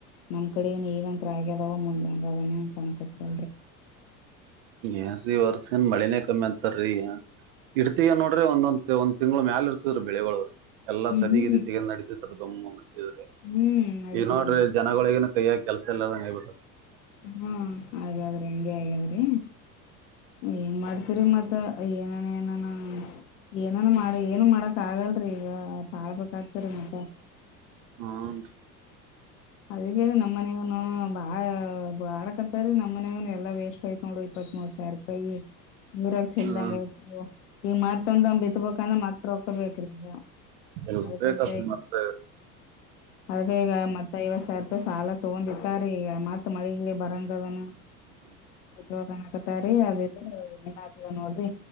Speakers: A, on the left; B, on the right.
A: ನಮ್ ಕಡೆನು ಈಗಂತ ಆಗ ಅದಾವ ಮುಂದಂಗ ಅದಾನೆ ಕನಕತ್ಲ್
B: ಏನ್ ವರ್ಷನ್ ಮಳನೇ ಕಮ್ಮಿ ಅಂತಾರೀ ಇಡ್ತ ನೋಡ್ರಿ ಒಂದೊಂದ ಒಂದ್ ತಿಂಗಳುಳ ಮ್ಯಾಲ ಇರ್ತದೀ ಬೆಳೆಗಳ ಎಲ್ಲಾ
A: ಹ್ಮ್
B: ಸದಗಿ ತೆಗ ನಡತ ಮುಟ್ಟಿದ್ರೆ
A: ಹ್ಮ್ ನಡೀತದ
B: ಈ ನೋಡ್ರಿ ಜನಗಳಿಗನು ಕೈ ಹಾಕ ಕೆಲಸ ಎಲ್ಲ ಸಂಗ್ ಬಿಟ್ಟು
A: ಹಾ ಹಾಗಾದ್ರಿ ಹಂಗೆ ಹಾಗಾದ್ರಿ ಏನ್ ಮಾಡ್ತರಿ ಮತ್ತ ಏನಾನ ಏನಾನ ಏನನು ಮಾಡ ಏನು ಮಾಡಕ್ ಆಗಲ್ರರಿ ಈಗ ಪಾಳಪಕ್ಕ ಕತರ ಮಾದ
B: ಹ್ಮ್
A: ಅದಗ ನಮ್ಮನ ನು ಹ ಬಾಳ ಬಾಳಕಂತ ರೀ ನಮ್ಮ ಮನ್ಯಾಗ ಎಲ್ಲಾ ವೇಸ್ಟ್ ಯತ್ ನೋಡು ಇಪ್ಪತ್ ಮೂರ್ ಸಿ ಯ ಊರಲ್ ಚಲ್ದಂಗತ
B: ಹ್ಮ್
A: ಈಗ ಮತ್ತ ಒಂದ ಬಿತ್ಬೇಕಂದ್ರ ಮತ್ತ ಅಪೊಕ್ಕ ಬೇಕ್ರೀಗ
B: ಇರ್ಬೇಕತ್ರಿ
A: ಅದಕಂತ್ಮ
B: ಮತ್ತ
A: ಅದ ಈಗ ಮತ್ತ ಐವಡ್ ಸಾವಿರ ರೂಪಾಯಿ ಸಾಲ ತಗೊಂಡಿಟ್ಟ ರ ಈಗ ಮಾತ್ ಮಳೇ ಬರಂಗದನ ಸೋಕನ್ ಹಕತಾರ ಅದಿದ್ರ ಏನನ್ ಆತದ ನೋಡ್ರಿ